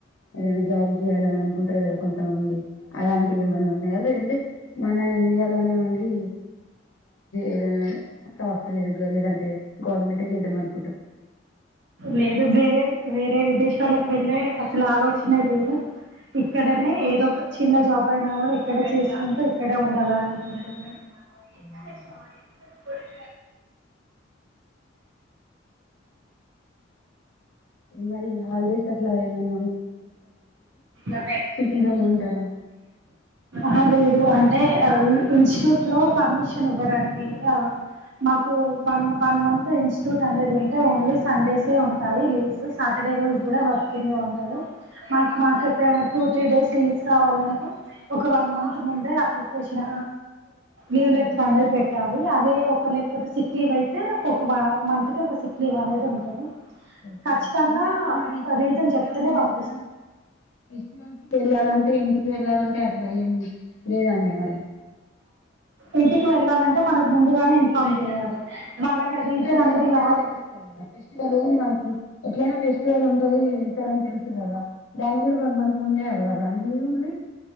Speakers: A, on the left; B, on the right.
A: ఏదైన జాబ్ చేయాలని అనుకుంటరు కదా కొంత మంది అలాంటివి ఏమన్నా ఉన్నాయ లేదంటే మన ఇండియాలోనే ఉండీ ఏదైన సాఫ్ట్వేర్గా లేదంటే గవర్నమెంటే చేద్దాంమను
B: లేదు వేరేవి వేరే విదేశాలకు వెళ్ళే అసలు ఆలోచనే లేదు ఇక్కడనే ఏదో ఒక చిన్న జాబ్ అయినా కూడ ఇక్కడె చేసుకుంటూ ఇక్కడే ఉండాలని అనుకుంటున్నాను <unintelligible>
A: అవునండి. మరి హాలిడేస్ ఎట్లా మ్..
B: ఆ..
A: సిటీలోనే ఉంటారా
B: హా. లేదు అంటే ఇన్స్టిట్యూట్ లో పర్మిషన్ ఇవ్వరండి ఇంక మాకు వన్ వన్ మంత్ ఇన్స్టిట్యూట్ అనేది ఉంటే ఓన్లీ సండేసే ఉంటాయి లీవ్స్ సాటర్డే రోజు కూడా వర్కింగే ఉంటది మా మాకుప్పుడు టూ త్రీ డేస్ లీవ్స్ కావాలంటే ఒక వన్ మంత్ ముందే అప్లికేషన్ యూ
A: అవునా
B: లెటర్ అనల్ పెట్ <unintelligible> ట్టాలి అదే ఒక లేకపోతే సిక్ లీవ్ అయితే ఒక వ మంత్ కి ఒక సిక్ లీవ్ అనేది ఉంటది
A: ఓకే
B: ఖచ్చితంగా
A: అంటే ఇప్పుడు మరి
B: రీజన్ చెప్తేనే
A: ఇలా
B: పంపి
A: <unintelligible> వెళ్ళాలంటే ఇంటికి వెళ్ళాలంటే అట్లా ఏం లేదండి మరి
B: ఇంటికి వెళ్ళాలంటే మనకు ముందుగానే ఇన్ఫార్మ్ చేయాలి వాళ్ళకి
A: ఫెస్టివల్
B: ఆ రీజన్ అనేది
A: ఉందని
B: వాల్
A: తెలుస్తది అంటె ఫెస్టివల్ మాకు ఎట్లనా ఫెస్టివల్ ఉంటది వెళ్తారని తెల్సు కదా దాన్ని కూడా వన్ మంత్ ముందే అడగాల అండి లీవ్ మరి